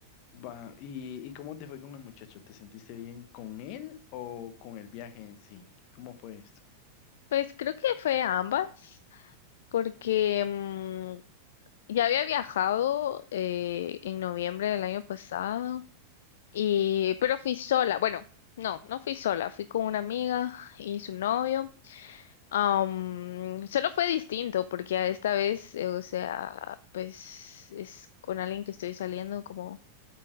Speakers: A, on the left; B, on the left.
A: Va, ¿y, y cómo te fue con el muchacho? ¿Te sentiste bien con él o con el viaje en sí? ¿Cómo fue esto?
B: Pues creo que fue a ambas. porque mm, ya había viajado eh, en noviembre del año pasado, y, pero fui sola. Bueno, no, no fui sola, fui con una amiga y su novio. Am, solo fue distinto porque a esta vez, eh, o sea, pues es con alguien que estoy saliendo como